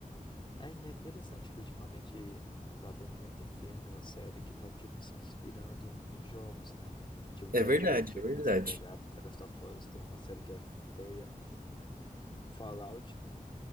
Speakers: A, on the left (about 35°); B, on the right (about 75°).
A: É, e é interessante que ultimamente tá tendo muito filme ou série que tá, tipo, se inspirando em jogos, né? Tipo,
B: É
A: The
B: verdade,
A: Witcher
B: é verdade.
A: tem essa pegada, The Last of Us tem uma série que é feia, F- F- Fallout, né?